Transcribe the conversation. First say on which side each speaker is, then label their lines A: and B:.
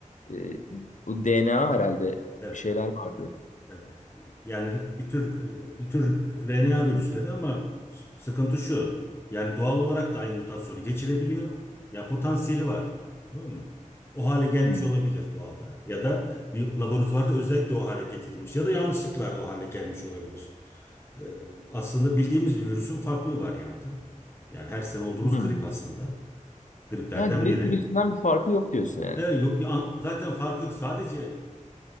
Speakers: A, on the left (about 65°); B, on the left (about 20°).
A: e, bu DNA herhalde
B: Evet.
A: bir şeyler vardı.
B: Evet. Yani bir tür e, bir tür RNA virüsleri ama s- sıkıntı şu. Yani doğal olarak da aynı mutasyonu geçirebiliyor. Yani potansiyeli var. Tamam mı? O hale gelmiş
A: Hmm.
B: olabilir doğalda. Ya da bir laboratuvarda özellikle o hale getirilmiş. Ya da yanlışlıkla o hale gelmiş olabilir. Ee, aslında bildiğimiz bir virüsün farklı bir varyantı. Yani her sene olduğumuz
A: Hmm.
B: grip aslında. Griplerden
A: Ha, grip
B: biri.
A: virüsünden bir farkı yok diyorsun yani.
B: E, yok bir an- zaten farkı yok. Sadece e,